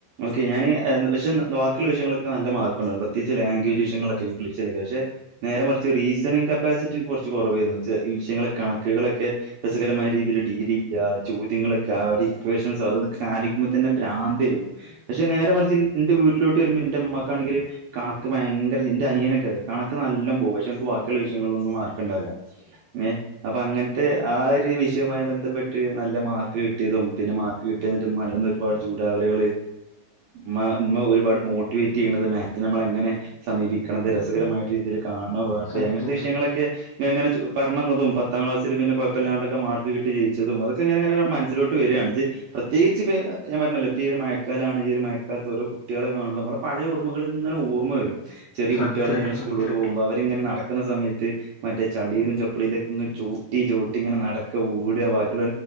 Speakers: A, on the right; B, on the left.
A: ഓക്കെ ഞാന് പക്ഷെ ബാക്കിയുള്ള വിഷയങ്ങളൊക്കെ നല്ലർക്കുണ്ടായിരുന്നു പ്രത്യകി ലാംഗവജ് വിഷയങ്ങളൊക്കെ ഇംഗ്ലീഷിലൊക്കെ പക്ഷെ നേരെ കുറച്ച് റീസണി കപ്പാസിറ്റി കുറച്ച് കുറവായിരുന്നു ഈ വിയങ്ങളക്കെണ കക്കുകളളൊക്കെ രസകരമായ രീതിയിൽ ഡീൽ ചെയ്യ ചോദ്യങ്ങളൊക്കെ ആക്വേഷൻസ് അതൊെ കാലിക്കുമ്പോ തന്നെ പ്രാന്തായിരുന്നു പക്ഷെ നേരെ മറിച്ച് എന്റെ വീട്ടിലോട്ട് വരുമ്പോ എന്റെ അമ്മമാക്കാണെങ്കില് കണക്ക് ഭയങ്കര എന്റെ അനിയനൊക്കെ അതെ കണക്ക് നല്ല പോകും പക്ഷെ എനിക്ക് വാക്കുള്ള വിഷയങ്ങളിലൊന്നും മാർക്കുണ്ടാവില്ല അങ്ങനെ അപ്പൊ അങ്ങനത്തെ ആ ഒരു വിഷയവുമായി ബന്ധപ്പെട്ട് നല്ല മാർക്ക് കിട്ടിയതും പിന്നെ മാർക്ക് കിട്ടിയെന്നിട്ട് മരന്ന് ഒരുപാട് ചൂടാവലുകൾ മ്മ ഒരുപാട് മോട്ടിവേറ്റ് ചെയ്യണത് മാസി നമ്മൾ എങ്ങനെ സമീപിക്കണത് രസകരമായിട്ട് രീതിയിൽ കാണ വേണ്ട്
B: സത്യം
A: അങ്ങനത്തെ വിഷയങ്ങളൊക്കെ
B: സത്യം
A: ഇങ്ങങ്ങനെ പറഞ്ഞതും പ പത്താം ക്ലാസിൽ പിന്നെ കുപ്പില്ലാണ്ടക്കെ മാർക്ക് കട്ടി ജയി ചതും അതൊെങ്ങനെ അങ്ങനെ മനസിലോട്ട് വരിയാണ് പ്രത്യേകിച്ച്പ്പ ഞാൻ പറഞ്ഞേ ഈ ഒരു മഴക്കാലാണ് ഈ ഒരു മഴക്കാലത്ത് രോ കുട്ടി കുട്ടികള കാണുമ്പോൾമ്മള് പഴ ഓർക ഇങ്ങനെ ഓർമ്മ വര ചെറിയ കുട്ടികൾ
B: സത്യായിട്ടും
A: ഇങ്ങന സ്കൂളിലോ്
B: സത്യായിട്ടും
A: പോകുമ്പോ അവരിങ്ങനെക്ക കുന്ന സമയത്ത് മറ്റേ ചളിയിലും ചപ്പളിയിലക്കെ ചൂട്ടി ചൂട്ടി ഇങ്ങനെ നടക്ക ഊടിയാക്കി